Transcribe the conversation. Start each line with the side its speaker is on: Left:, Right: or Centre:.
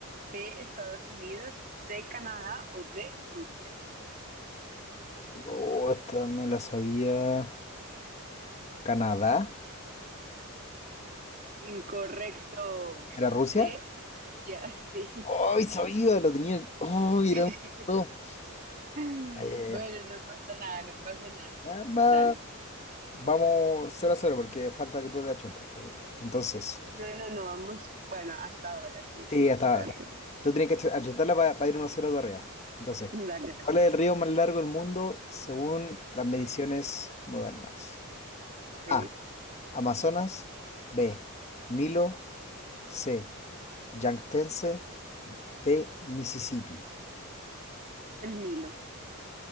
Right: B, Estados Unidos, C, Canadá o D, Rusia.
Left: Oh, esta me la sabía. Canadá.
Right: Incorrecto.
Left: ¿Era Rusia?
Right: D, Rusia, <laughs> sí.
Left: ¡Ay, sabía! Lo tenía. ¡Oh, era
Right: <laughs>
Left: un... no!
Right: Bueno,
Left: Ya, ya, ya.
Right: no pasa nada, no pasa nada.
Left: Ya, va.
Right: Dale.
Left: Vamos cero a cero porque falta que tú le achuntes. Entonces,
Right: No, no, no, vamos. Bueno, hasta ahora sí.
Left: sí, hasta
Right: Espérate.
Left: ahora está. Tú tienes que ach- achuntarla para ir uno a 0 de arriba. Entonces,
Right: Dale.
Left: ¿cuál es el río más largo del mundo según las mediciones modernas?
Right: Ok.
Left: A. Amazonas. B. Nilo. C. Yangtze de Mississippi.
Right: El Nilo.